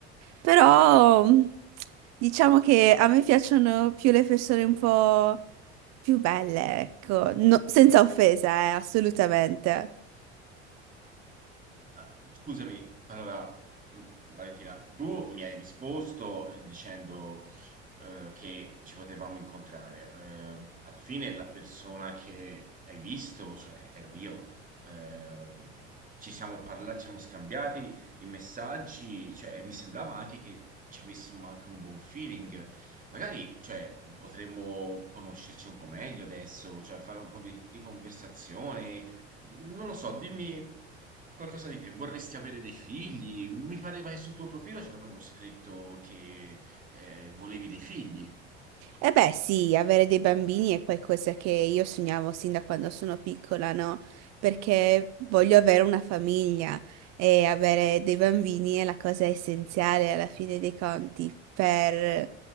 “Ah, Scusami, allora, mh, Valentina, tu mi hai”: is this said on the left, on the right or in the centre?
Right